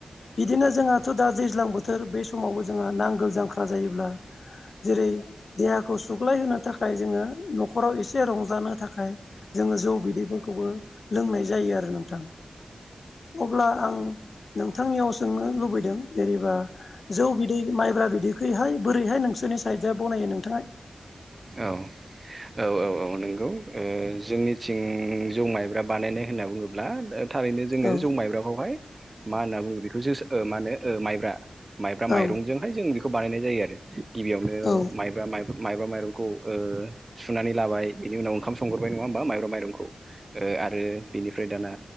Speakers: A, on the left (about 70°); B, on the right (about 35°).
A: बिदिनो जोंहाथ' दा दैज्लां बो । सोर बे समावबो जोंहा नांगोल जांख्रा जायोब्ला । जेरै देहाखौ सुग्लायहोनो थाखाय जोङो न' । खराव एसे रंजानो थाखाय जोङो जौ बिदैफोरखौबो लोंनाय जायो आरो नों । थां अब्ला आं । नोंथांनियाव सोंनो लुबैदों जेनेबा जौ बिदै माइब्रा बिदैखैहाय बोरैहाय नों । सोरनि साइडआ बानायो नों ।
B: औ-औ-औ-औ नंगौ । ओ जोंनिथिं जौ माइब्रा बानायनाय होनना बुङोब्ला ओ । थारैनो जोङो
A: औ
B: जौ माइब्राखौहाय मा होनना बुङो बेखौ जोसो ओ माने ओ माइब्रा । माइब्रा माइरंजोंहाय
A: औ
B: जों बेखौ बानायनाय जायो आरो गिबियावनो
A: औ
B: माइब्रा माइ । माइब्रा माइरंखौ ओ सुनानै लाबाय बिनि उनाव ओंखाम संगोरबाय नङा होमबा माइब । बा माइरंखौ ओ आरो । बिनिफ्राय दाना